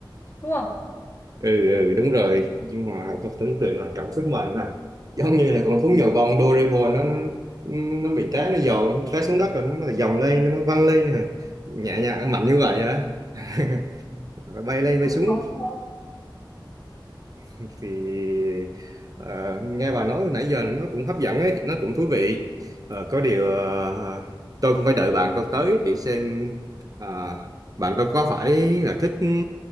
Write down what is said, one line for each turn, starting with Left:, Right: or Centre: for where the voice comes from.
Left: đúng không
Right: ừ, ừ đúng rồi nhưng mà tôi tưởng tượng là cảm xúc mạnh à giống như là con thú nhồi bông Doraemon nó nó nó bị té nó dồn té xuống đất rồi nó, nó dòng lên nó văng lên à. nhẹ nhàng mạnh như vậy hả <laughs> bay lên bay xuống
Left: có được không
Right: thì ờ, nghe bà nói nãy giờ nó cũng hấp dẫn ấy, nó cũng thú vị. Ờ, có điều ờ, tôi cũng phải đợi bạn tôi tới để xem ờ, bạn tôi có phải là thích ừ,